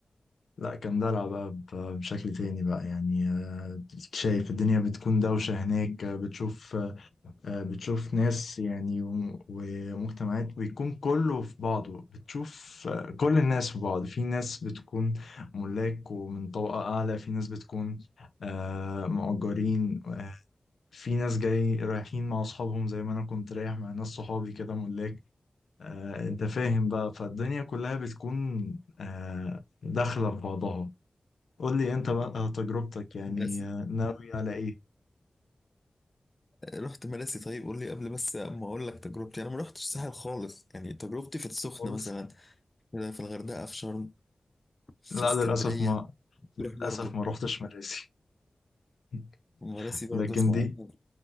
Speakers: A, on the left; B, on the left.
A: لا كان دلع بقى ب- بشكل تاني بقى يعني آه، شايف الدنيا بتكون دوشة هناك آه، بتشوف آه، آه، بتشوف ناس يعني و- ومجتمعات بيكون كله في بعضه بتشوف آه، كل الناس في بعض في ناس بتكون ملاك ومن طبقة أعلى في ناس بتكون آه، مؤجرين آه، في ناس جاي رايحين مع أصحابهم زي ما أنا كنت رايح مع ناس صحابي كده ملاك آه، أنت فاهم بقى فالدنيا كلها بتكون آه، داخلة في بعضها قول لي انت بقى تجربتك يعني
B: مراسي
A: ناوي على ايه
B: رحت مراسي طيب قول لي قبل بس ما اقول لك تجربتي انا ما رحتش الساحل خالص يعني تجربتي في السخنه
A: خالص
B: مثلا في الغردقه في شرم في
A: لا
B: اسكندريه
A: للاسف ما
B: تروح برضو
A: للاسف ما روحتش مراسي <laughs>
B: مراسي برضو
A: لكن
B: اسمع
A: دي
B: عنها